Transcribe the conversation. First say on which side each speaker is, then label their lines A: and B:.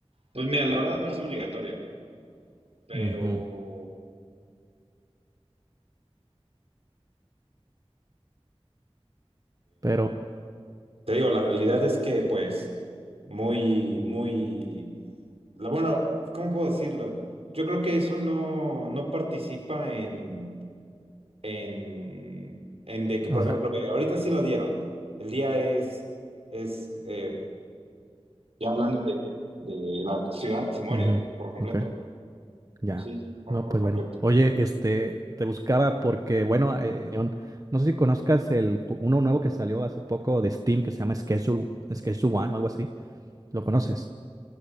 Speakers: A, on the right; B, on the right.
A: Pues mira, la verdad no es obligatorio, pero...
B: Ujú. Pero,
A: Te digo, la realidad es que, pues, muy, muy, la, bueno, ¿cómo puedo decirlo? Yo creo que eso no, no participa en, en, en de que, por
B: o
A: ejemplo,
B: sea,
A: ve, ahorita sí lo dieron. El día es, es, eh, ya hablando de, de la ciudad, se muere
B: ujú,
A: por completo.
B: ok. Ya.
A: Sí, se muere
B: No,
A: por
B: pues
A: completo.
B: bueno. Oye, este, te buscaba porque, bueno, eh, un- no sé si conozcas el ju- uno nuevo que salió hace poco de Steam que se llama Schedule, Schedule One o algo así. ¿Lo conoces?